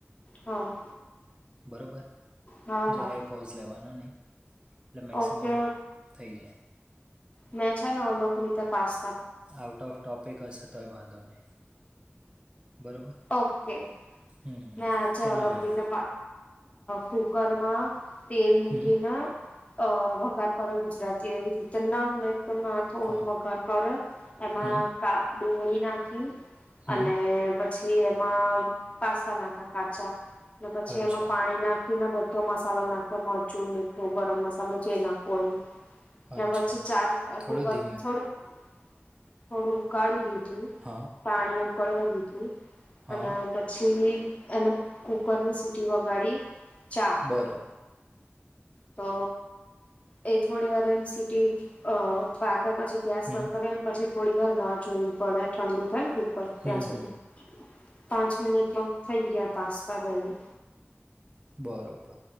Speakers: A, on the left; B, on the right.
A: હા
B: બરોબર
A: હા
B: જરા
A: હા
B: એ પોઝ લેવાનો નહીં એટલે મેક્સિમમ
A: ઓકે
B: થઈ જાય
A: મેચ નાવ લોક રીતે પાસ.
B: આઉટ ઓફ ટોપિક હશે તોય વાંધો નહી બરોબર
A: ઓકે
B: હમ હમ
A: મે આજે
B: કેમ
A: અલગ
B: ના બને
A: રીતે કુકરમાં તેલ મૂકીને
B: હમ
A: અ વઘાર કરો ગુજરાતી એ રીતે ના <unintelligible> થોડુંક
B: હા
A: વઘાર કરે એમાં
B: હમ
A: કા ડુંગળી નાખી
B: હમ
A: અને પછી એમાં પાસ્તા નાખ્યા કાચા ને પછી
B: અચ્છા
A: એમાં પાણી નાખ બધો મસાલો નાખ્યો મરચું મીઠું ગરમ મસાલો જે નાખવો હોય ત
B: અચ્છા
A: પછી ચાર
B: થોડું
A: કુકર
B: ધીમે
A: થોડું <unintelligible> થોડું ઉકાળી દીધું
B: હા
A: પાણી ઉકળવા દીધું
B: હા
A: અને પછી એને કુકર ની સીટી વગાડી ચાર
B: બરોબર
A: તો એ થોડી વાર સીટી અ પાક્યા પછી ગેસ
B: હમ
A: બંધ કરીે ને પછી થોડી વાર રાહ જોવી પડે ઠંડુ થાય ને કૂકર
B: હમ
A: ત્યાં સુધી
B: હમ
A: પાંચ મિનિટમાં થઈ ગયા પાસવા ગડી
B: બરાબર